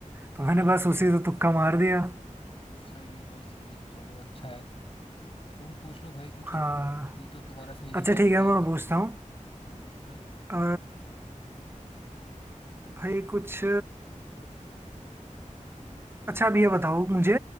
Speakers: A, on the right; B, on the left.
A: तो
B: हम्म
A: मैंने
B: हम्म
A: बस
B: हम्म
A: उसी
B: हम्म,
A: से तुक्का मार दिया
B: सही है भाई सही है चलो अच्छा है तुम पूछ लो भाई कुछ
A: हाँ
B: अब ये तो तुम्हारा सही जवाब
A: अच्छा ठीक
B: हो गया
A: है
B: एकदम
A: मैं पूछता हूँ
B: हाँ पूछो भाई
A: अ, भाई कुछ अच्छा अब ये बताओ मुझे